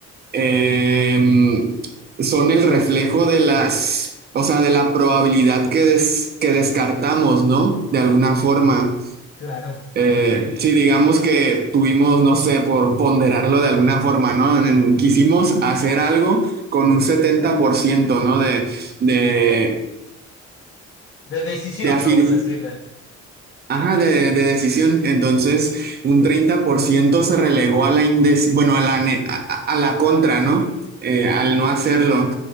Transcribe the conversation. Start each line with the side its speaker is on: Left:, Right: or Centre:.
Right: em, son el reflejo de las, o sea, de la probabilidad que, des- que descartamos, ¿no? De alguna forma.
Left: Claro,
Right: Eh, si digamos que tuvimos, no sé, por ponderarlo de alguna forma, ¿no? En- Quisimos hacer algo con un setenta por ciento ¿no? De, de,
Left: de, de decisión,
Right: de afir-
Left: vamos a decirle,
Right: Ajá, de, de decisión. Entonces, un 30% se relegó a la indes, bueno, a la, ne- a, a- la contra, ¿no? Eh, al no hacerlo.